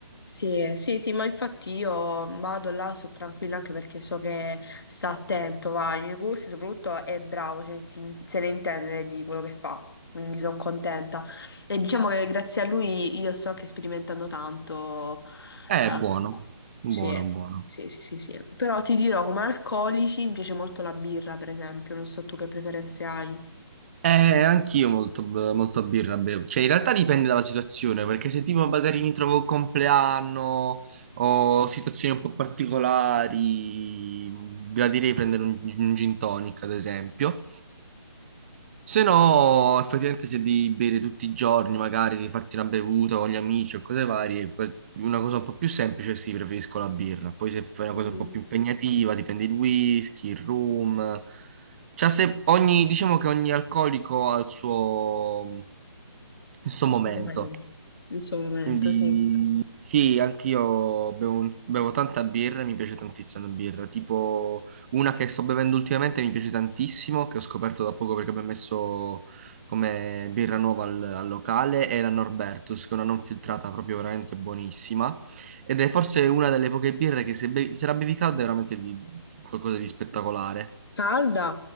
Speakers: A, on the left; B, on the right.
A: Sì, sì, sì, ma infatti io vado là, sono tranquilla anche perché so che sta attento, va, ai miei corsi soprattutto è bravo, cioè, si- se ne intende di quello che fa, quindi sono contenta. E diciamo che grazie a lui io sto anche sperimentando tanto.
B: Eh,
A: ehm,
B: È buono, buono,
A: sì,
B: buono.
A: sì, sì, sì, sì. Però ti dirò, come alcolici mi piace molto la birra, per esempio, non so tu che preferenze hai.
B: Eh, anch'io molto, b- molto birra bevo. Cioè, in realtà dipende dalla situazione, perché se tipo magari mi trovo il compleanno o situazioni un po' particolari, gradirei prendere un, un gin tonic, ad esempio. Se no, effettivamente se devi bere tutti i giorni, magari devi farti una bevuta con gli amici o cose varie, que- una cosa un po' più semplice, sì, preferisco la birra. Poi se fai una
A: Mm,
B: cosa un po' più impegnativa, ti prendi il whisky, il rum. C'ha se- ogni- diciamo che ogni alcolico ha il suo, il suo
A: il
B: momento.
A: suo momento, il suo momento,
B: Quindi
A: sì.
B: sì, anch'io bevo, bevo tanta birra e mi piace tantissimo la birra. Tipo una che sto bevendo ultimamente mi piace tantissimo, che ho scoperto da poco perché abbiamo messo come birra nuova al, al locale, è la Norbertus, che è una non filtrata proprio veramente buonissima. Ed è forse una delle poche birre che se, bevi- se la bevi calda è veramente di- qualcosa di spettacolare.
A: Calda?